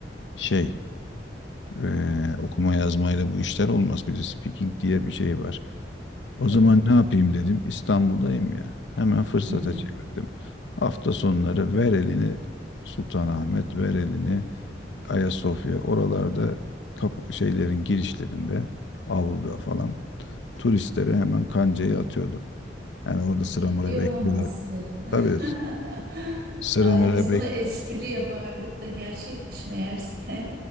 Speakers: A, on the left; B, on the right.
A: şey e, okuma yazmayla bu işler olmaz. Bir de speaking diye bir şey var. O
B: Tabii.
A: zaman ne yapayım dedim. İstanbul'dayım ya. Hemen fırsata
B: Hı hı.
A: çevirdim. Hafta sonları ver elini Sultanahmet, ver elini Ayasofya. Oralarda kapı, şeylerin girişlerinde avluda falan turistlere hemen kancayı atıyordum. Yani orada sıra
B: Ciddi
A: mıra
B: olamazsın.
A: bekliyorlar. Tabii
B: <laughs>
A: Sıramaları
B: Ay biz bunu
A: bek
B: espri yapardık da gerçekmiş meğerse. <laughs>